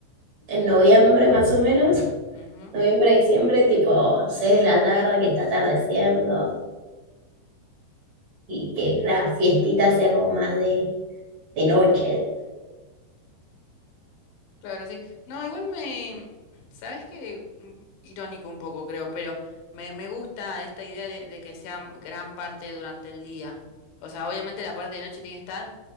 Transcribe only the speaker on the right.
en noviembre más o menos,
noviembre, diciembre, tipo 6 de la tarde que está atardeciendo y que la fiestita sea como más de, de noche.